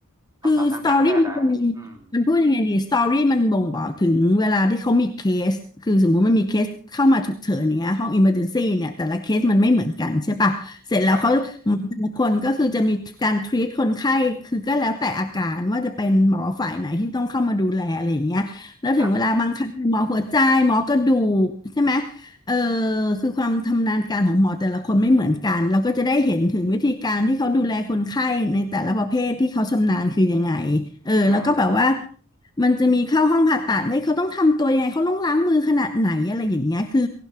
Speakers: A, on the right; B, on the left.
A: คำศัพท์ทางการแพทย์นะอืม
B: คือสตอรี่มันมีมันพูดยังไงดีสตอรี่มันบ่งบอกถึงเวลาที่เขามีเคสคือสมมุติมันมีเคสเข้ามาฉุกเฉินอย่างเงี้ยห้องอิมเมอร์เจนซี่เนี่ยแต่ละเคสมันไม่เหมือนกันใช่ปะเสร็จแล้วเขาหมอแต่ละคนก็คือจะมีการทรีตคนไข้
A: ใช่ครับ
B: คือก็แล้วแต่อาการว่าจะเป็นหมอฝ่ายไหนที่ต้องเข้ามาดูแลอะไรอย่างเงี้ยแล้วถึงเวลาบางครั้งหมอหัวใจหมอกระดูกใช่ไหม
A: ครับ
B: เออคือความทำนาญการของหมอแต่ละคนไม่เหมือนกันเราก็จะได้เห็นถึงวิธีการที่เขาดูแลคนไข้ในแต่ละประเภทที่เขาชำนาญคือยังไงเออแล้วก็แบบว่า
A: อืม
B: มันจะมีเข้าห้องผ่าตัดได้ยเขาต้องทำตัวยังไงเขาต้องล้างมือขนาดไหนอะไรอย่างเงี้ยคือ